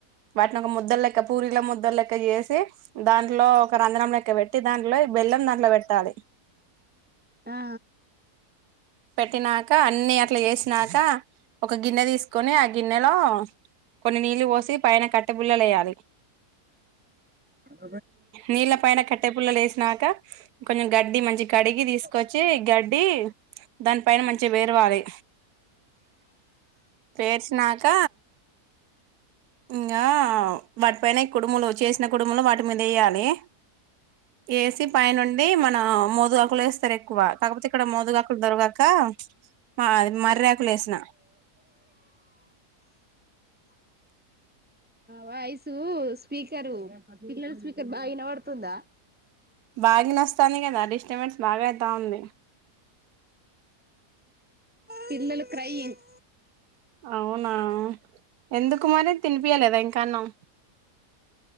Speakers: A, on the right; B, in the centre.
A: వాటిని ఒక ముద్ద లెక్క పూరీల ముద్ద లెక్క చేసి దాంట్లో ఒక రంధ్రం లెక్క పెట్టి దాంట్లో బెల్లం దాంట్లో పెట్టాలి
B: ఆ
A: పెట్టినాక అన్ని అట్ల చేసినాక ఒక గిన్నె తీసుకొని ఆ గిన్నెలో కొన్ని నీళ్లు పోసి పైన కట్టెపుల్లలు వేయాలి
B: అ
A: నీళ్ళ పైన కట్టె పుల్లలు వేసినాక కొంచెం గడ్డి మంచిగ కడిగి తీసుకొచ్చి
B: ఆ
A: గడ్ పెట్టి దాని పైన మంచిగ పేరవాలి పేర్చినాక ఇంగా వాటిపైన కుడుములు చేసిన కుడుములు వాటి మీద వేయాలి లి ఏసి పైనుండి మన మోదుగాకులు ఏస్తరు ఎక్కువ కాకపోతే ఇక్కడ మోదు గాకులు దొరకక మా అది మర్రాకులు ఏసిన
B: వాయిసు స్పీకరు పిల్లల స్పీకర్ బాగ వినపడుతుందా
A: బాగా వినోస్తాంది కదా డిస్టర్బెన్స్ బాగా అయితా ఉంది
B: పిల్లలు క్రయింగ్
A: అవునా ఎందుకు మరి తినిపియ్యలేదా ఇంకా అన్నం